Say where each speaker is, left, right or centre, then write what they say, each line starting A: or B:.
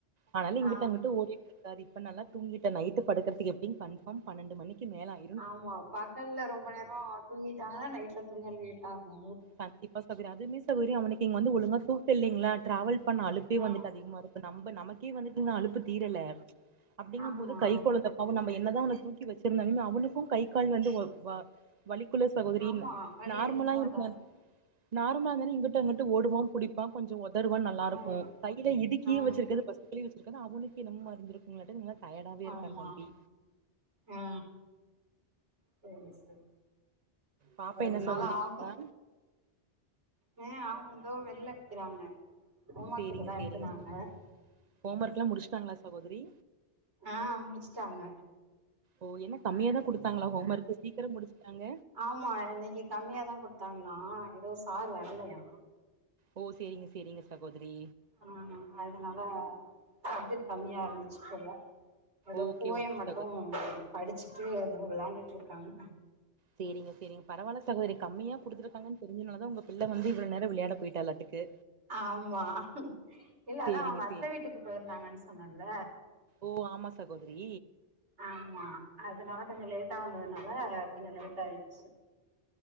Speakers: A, on the right (about 50°); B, on the right (about 85°).
A: அதனால இங்கிட்டு
B: ஆ
A: அங்குட்டு ஓடிட்ருக் காரு இப்ப நல்லா தூங்கிட்ட நைட்டு படுக்றதுக்கு எப்டிங் கன்ஃபாம் பன்னெண்டு மணிக்கு மேல ஆய்
B: ஆமா பகல்ல ரொம்ப நேரோ தூங்கிட்டாங்கனா நைட்ல தூங்க லேட் ஆகு
A: கண்டிப்பா சகோதரி அதுவுமே சகோதரி அவனுக்கு இங்க வந்து ஒழுங்கா தூக்க இல்லைங்ளா ட்ராவல் பண்ண அலுப்பே
B: ஆ
A: வந்துட்டு அதிகமாருக் நம்ப நமக்கே வந்துட் இன்னு அழுப்புத் தீரல அப்டிங்கம்போது
B: ஆமா
A: கை கொழந்தப் அவ நம்ப என்னதா அவன தூக்கி வச்சிருந்தாலுமே அவனுக்கு கை கால் வந்து ஒ வ வலிக்குள்ள சகோதரின்
B: ஆமா வலி
A: நார்மலா
B: அதிகமாதா
A: இருந்தன்
B: இருக்கு
A: நார்மலா இருந்தனா இங்குட்டு அங்குட்டு ஓடுவா புடிப் பா கொஞ்சோ ஒதருவான் நல்லாருக்கு
B: ஆ
A: கையிலே இடுக்கியே
B: ஆ
A: வச்சுருக்கது பஸ்ட்டு கலி வச்சிருக்கது அவனுக்கு என்னமோ மாரி இந்திருக் குங்ளாட்டேங்து இன்னு டயர்டாவவே இருக்காந்
B: ஆமா
A: தம்பி
B: ஆ சேரி சேரி
A: பாப்பா
B: ஒரு ரெண்டு
A: என்ன சகோதரி
B: நாள் ஆகு
A: பண்றா
B: அ ஆமா தோ வெள்ள நிக்கறாங்க ஹோம் ஒர்க்கு
A: சேரிங்க
B: இப்பதா
A: சேரிங்க
B: எழுதுனாங்க
A: சகோதரி ஹோம் ஒர்க்லா முடிச்சுட்டாங்களா சகோதரி
B: ஆ முடிச்ட்டாங்க
A: ஓ என்ன கம்மியாதா குடுத்தாங்ளா ஹோம் ஒர்க்கு சீக்கரோ முடிச்ட்டாங்க
B: ஆமா இன்னைக்கி கம்மியாதா குடுத்தாங்ளா எதோ சார் வர்லையா
A: ஓ சேரிங்க சேரிங்க சகோதரி
B: ஆ அதனால சப்ஜெக்ட் கம்மியா இருந்துச்சு போல எதோப்
A: ஓகே
B: போயம்
A: ஓகே
B: மட்டு
A: சகோதரி
B: படிச்சுட்டு எதோ விளாண்டுட்ருக்காங்க
A: சேரிங்க சேரிங்க பரவால சகோதரி கம்மியா குடுத்துருக்காங்கன் தெரிஞ்சனாலதா உங்க பிள்ள வந்து இவ்ளோ நேர விளையாட போயிட்டாலாட்டுக்கு
B: ஆம்மா இல்ல அதா
A: சேரிங்க
B: அவுங்க அத்த
A: சேரி
B: வீட்டுக்கு போயிருந்தாங்கன் சொன்னல்ல
A: ஓ ஆமா சகோதிரி
B: ஆமா அதனால கொஞ்சோ லேட்டா வந்ததுனால கொஞ்சோ லேட்டாயிட்ச்சு